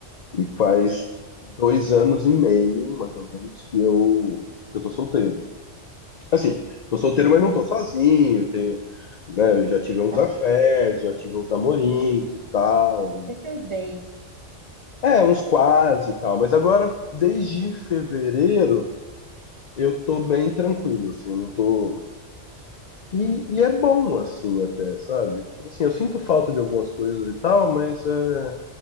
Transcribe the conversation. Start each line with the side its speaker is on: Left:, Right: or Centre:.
Left: E faz dois anos e meio, mais ou menos, que eu, que eu tô solteiro. Assim, tô solteiro,
Right: Hum.
Left: mas não tô sozinho. Tenho, né, eu já tive uns
Right: Tá.
Left: affairs, já tive uns namorinhos e tal.
Right: Tem seus dates.
Left: É, uns quase e tal. Mas agora, desde fevereiro, eu tô bem tranquilo, assim, eu não tô. E, e é bom, assim, até, sabe? Assim, eu sinto falta de algumas coisas e tal, mas é,